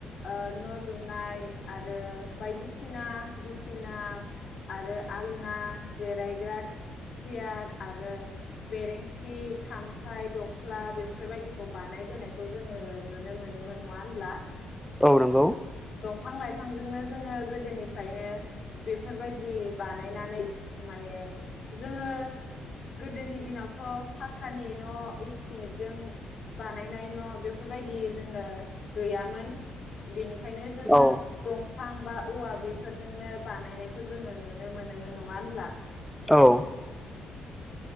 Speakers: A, on the left (about 55°); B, in the centre.
A: ओ न' लुनाय आरो बायदिसिना बिसिना आरो आलना, जिरायग्रा, सियार आरो बेरेंसि खामफ्लाय दख्ला बेफोरबायदिखौ बानायबोनायखौ जोंङो नुनो मोनोमोन नंङा होमब्ला
B: औ नंगौ
A: दंफां लाइफांजोंनो जोंङो गोदोनिफ्रायनो बेफोरबायदि बानायनानै माने जोंङो गोदोनि दिनावथ‌ फाक्कानि न' इस्टिमेटजों बानायनाय न' बेफोरबायदि जोंङो गैयामोन बेनि ओंखायनो जोंङो
B: औ
A: दं बिफां बा औवा बेफोरजोंनो बानायनायखौ जोंङो नुनो मोनोमोन नङा होमब्ला
B: औ